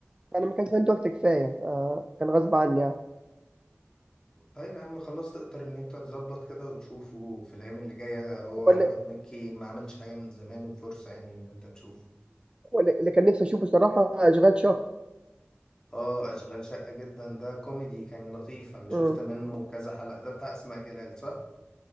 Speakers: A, on the right; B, on the left.
A: انا ما كانش عندي وقت كفايه آه، كان غصب عني يعني
B: طيب يا عم خلاص تقدر ان انت تظبط كده وتشوفه في الايام اللي جايه هو
A: ولا
B: احمد مكي ما عملش حاجه من زمان وفرصه يعني ان انت تشوفه
A: ولا اللي كان نفسي اشوفه صراحه اشغال شاق
B: اه اشغال شقه جدا ده كوميدي كان لطيف انا شفت
A: آه،
B: منه كذا حلقه ده بتاع اسماء جلال صح